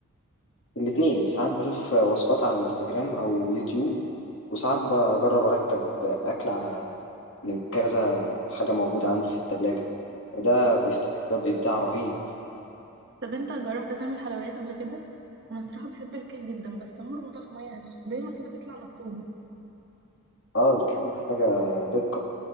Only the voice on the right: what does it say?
طب انت جربت تعمل حلويات قبل كده انا الصراحه بحب الكيك جدا بس عمره ما طلع معايا هش دايما كده بيطلع مكتوم